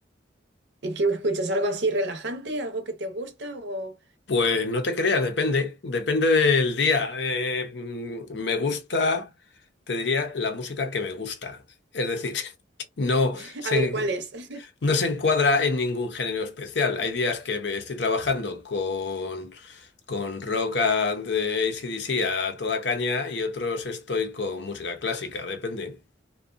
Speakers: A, on the right; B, on the left.
A: ¿Y qué escuchas? ¿Algo así relajante? ¿Algo que te gusta? O
B: Pues no te creas, depende, depende del día. Eh, mm, me gusta, te diría, la música que me gusta. Es decir, <laughs> no
A: <laughs>
B: sé.
A: a ver cuál es. <laughs>
B: No se encuadra en ningún género especial. Hay días que me estoy trabajando con, con rock a- de AC/DC a toda caña y otros estoy con música clásica, depende.